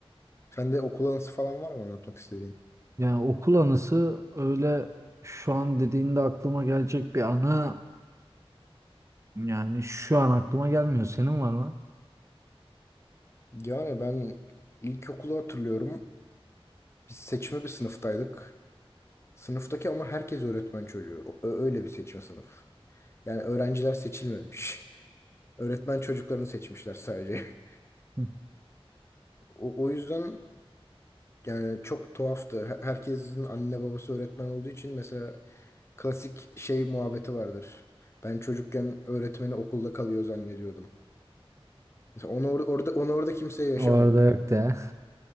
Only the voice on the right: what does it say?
Yani okul anısı öyle şu an dediğinde aklıma gelecek bir anı Yani şu an aklıma gelmiyor. Senin var mı?
<laughs>
Orada yok de.